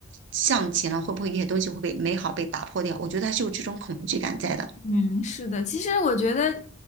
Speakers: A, on the right; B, on the left.
A: 向前了，会不会有些东西会被美好被打破掉？我觉得他是有这种恐惧感在的。
B: 嗯，是的，其实我觉得